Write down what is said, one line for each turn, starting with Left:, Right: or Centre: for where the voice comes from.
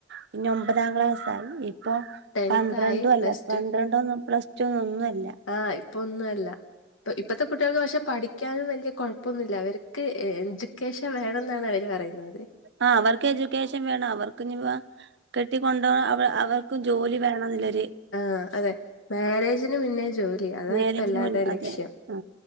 Right: പിന്നെ ഒമ്പതാം ക്ലാസ്സ ആയി ഇപ്പൊ
Left: ടെൻത്ത്
Right: പന്ത്രണ്ടും
Left: ആയി പ്ലസ്
Right: അല്ല പന്ത്രണ്ട ഒന്നും പ്ലസ് റ്റൊന്നു ഒന്നു അല്ല
Left: ആഹ് ഇപ്പൊന്നും അല്ല ഇപ്പ ഇപ്പത്തെ കുട്ടിയാൾക്ക് പക്ഷെ പഠി ക്കാനും വലിയ കുഴപ്പൊന്നുല്ല അവർക്ക് എജ്യുക്കേഷൻ വേണെന്നാണ് അവര് പറയുന്നത്
Right: ആ അവർക്ക് എജ്യുക്കേഷൻ വേണം അവർക്ക് നിപ്പൊ കെട്ടിക്കൊണ്ടോണം അപ്പ അവർ ക്കും ജോലി വേണം ന്ന്ല്ലൊര്
Left: ആഹ് അതെ മാരേജിന് മുന്നേ ജോലി അതാ
Right: മാരേജിന്
Left: ഇപ്പ എല്ലാര്തെ
Right: മുന്നേ
Left: ലക്ഷ്യം
Right: അതെ ആ